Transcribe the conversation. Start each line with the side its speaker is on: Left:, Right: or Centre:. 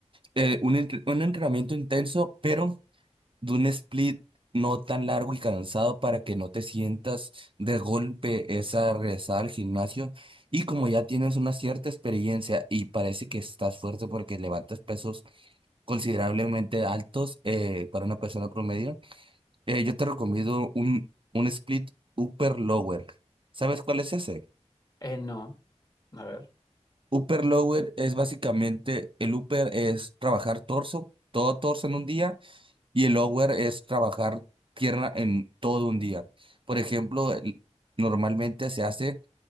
Right: eh, un, entre- un entrenamiento intenso, pero de un split no tan largo y cansado para que no te sientas de golpe esa regresada al gimnasio. Y como ya tienes una cierta experiencia y parece que estás fuerte porque levantas pesos considerablemente altos eh, para una persona promedio, eh, yo te recomiendo un, un split upper lower. ¿Sabes cuál es ese?
Left: Eh, no, a ver.
Right: Upper lower es básicamente, el upper es trabajar torso, todo torso en un día. Y el hour es trabajar tierra en todo un día. Por ejemplo, el- normalmente se hace